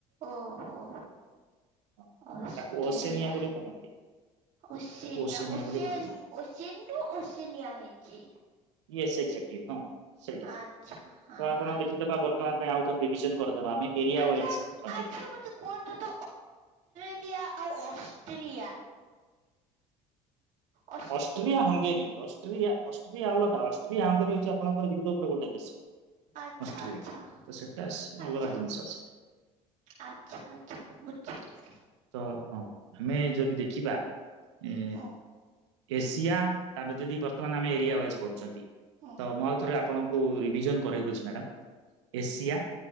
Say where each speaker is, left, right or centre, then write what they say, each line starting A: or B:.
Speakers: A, on the right; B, on the right.
A: ଓହୋ
B: ହଁ
A: ଅଷ୍ଟ୍ରେଲିଆ।
B: ତ ତାକୁ ଓସେନିଆ ବୋଲି କହନ୍ତି
A: ଓସେନିଆ
B: ତାକୁ
A: ଓସେନ
B: ବୋଲି କୁହାଯାଏ।
A: ଓସନ୍ ନୁ ଓସେନିଆ ହେଇଛି।
B: ୟେସ୍ ଏକ୍ଜାକ୍ଟଲି, ହଁ ସେଇଟା
A: ଆଚ୍ଛା ହଁ
B: ତ ଆପଣ
A: ହଁ।
B: କିଛି ତ ଭାବ ତ ୟାଙ୍କ ପାଇଁ ଆଉ ଥରେ ରିଭିଜନ କରି ଦେବା ଆମେ, ଏରିଆ
A: ଆଚ୍ଛା
B: ୱାଇଜ କନଣ୍ଟିନ୍ୟୁଟି
A: ଆଚ୍ଛା ମତେ କୁହନ୍ତୁ ତ ଅଷ୍ଟ୍ରେଲିଆ ଅଷ୍ଟ୍ରେରିଆ ଅ
B: ଅଷ୍ଟ୍ରିଆ ହଙ୍ଗେରୀ ଅଷ୍ଟ୍ରିଆ, ଅଷ୍ଟ୍ରିଆ ଅଲଗା, ଅଷ୍ଟ୍ରିଆ ହଙ୍ଗେରୀ ହେଇଛି ଆପଣଙ୍କର ବିନ୍ଦୁ ଉପରେ ଗୋଟିଏ ଦେଶ।
A: ଆଚ୍ଛା
B: ଅଷ୍ଟ୍ରିଆ,
A: ଆଚ୍ଛା
B: ତ ସେଟା
A: ଆଚ୍ଛା
B: ଅଲଗା ଜିନିଷ ସେଟା।
A: ଆଚ୍ଛା ଆଚ୍ଛା ବୁଝିଲି।
B: ତ ହଁ ଆମେ ଯଦି ଦେଖିବା ଏ।
A: ହୁଁ
B: ଏସିଆ ତାଙ୍କ ଯଦି ବର୍ତ୍ତମାନ ଆମେ ଏରିଆ ୱାଇଜ ପଢୁଛନ୍ତି।
A: ହୁଁ
B: ତ ମୁଁ ଆଉ ଥରେ ଆପଣଙ୍କୁ ରିଭିଜନ କରେଇ ଦେଉଛି ମ୍ୟାଡ଼ମ୍ ଏସିଆ,